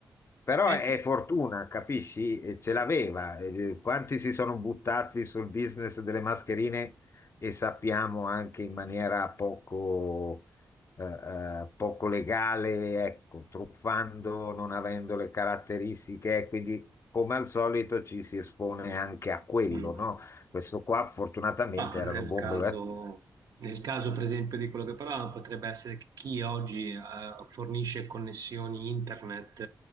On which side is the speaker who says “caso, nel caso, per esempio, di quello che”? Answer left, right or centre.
Right